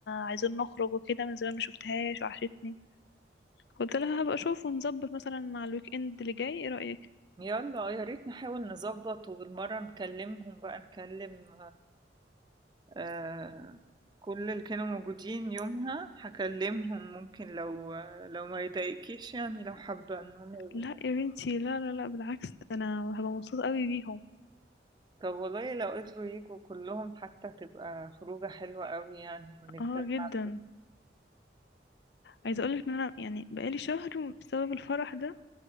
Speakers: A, on the left; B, on the right.
A: عايزين نخرج وكده من زمان ما شفتهاش وحشتني قلت لها هبقى اشوف ونظبط مثلا مع الويك اند اللي جاي ايه رأيك
B: يالّا يا ريت نحاول نضبّط وبالمرّة نكلّمهم بقى، نكلّم آآ كل اللي كانوا موجودين يومها، هاكلّمهم ممكن لو لو ما يضايقكيش يعني لو حابة إن هُم يبقوا
A: لا
B: موجودين.
A: يا بنتي لا لا لا بالعكس ده انا هبقى مبسوطة قوي بيهم
B: طب والله لو قدروا ييجوا كلّهم حتى هتبقى خروجة حلوة أوي يعني ونتجمّع
A: اه جدا عايزه اقولك ان انا يعني بقالي شهر بسبب الفرح ده